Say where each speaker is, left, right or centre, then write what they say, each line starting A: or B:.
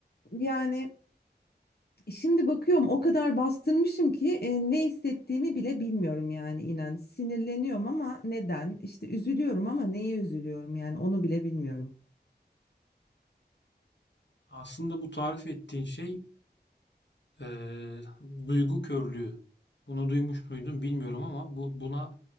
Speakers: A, on the left; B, on the left.
A: yani. Şimdi bakıyorum o kadar bastırmışım ki e, ne hissettiğimi bile bilmiyorum yani inan. Sinirleniyorum ama neden? İşte üzülüyorum ama neye üzülüyorum yani onu bile bilmiyorum.
B: Aslında bu tarif ettiğin şey e, duygu körlüğü. Bunu duymuş muydun bilmiyorum ama bu buna